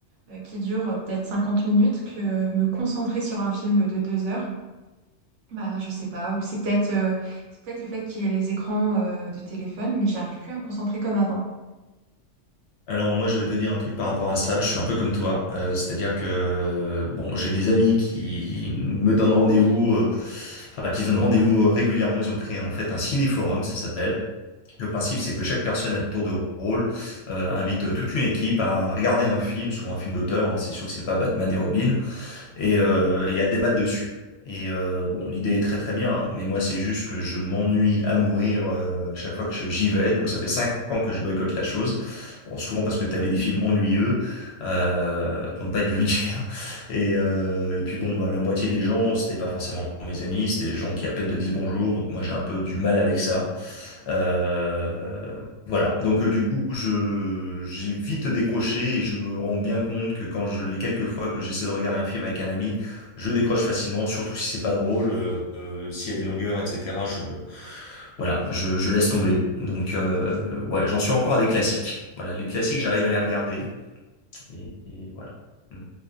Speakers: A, on the right (about 70°); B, on the left (about 60°).
A: euh, qui dure euh, peut-être 50 minutes que me concentrer sur un film de deux heures, bah, je sais pas. Ou c'est peut-être euh, c'est peut-être le fait qu'il y ait les écrans euh, de téléphone, mais j'arrive plus à me concentrer comme avant.
B: Alors moi je vais te dire un truc par rapport à ça, je suis un peu comme toi, Euh, c'est-à-dire que bon j'ai des amis qui me donnent rendez-vous, euh, enfin qui se donnent rendez-vous euh, régulièrement, ils ont créé en fait un ciné-forum, ça s'appelle. Le principe c'est que chaque personne à tour de rôle euh, invite euh, toute une équipe à regarder un film, souvent un film d'auteur, hein. C'est sûr que c'est pas Batman et Robin, et
A: Oui.
B: euh, il y a débat dessus. Et euh, bon, l'idée est très très bien, hein, mais moi c'est juste que je m'ennuie à mourir euh, chaque fois que je- j'y vais. Donc ça fait cinq ans que je boycotte la chose. Bon, souvent parce que tu avais des films ennuyeux, euh, pour ne pas être vulgaire. Et, euh, et puis bon, bah, la moitié des gens, c'était pas forcément mes amis, c'était des gens qui à peine te disent bonjour. Donc moi j'ai un peu du mal avec ça. Euh, voilà, donc euh, du coup, je j'ai vite décroché et je me rends bien compte que quand je les quelques fois que j'essaie de regarder un film avec un ami, je décroche facilement, surtout si c'est pas drôle, euh, euh, s'il y a des longueurs, etc. Je voilà, je, je laisse tomber. Donc euh, ouais, j'en suis encore à des classiques. Voilà, les classiques,
A: oui.
B: j'arrive à les regarder et, et voilà. Mm.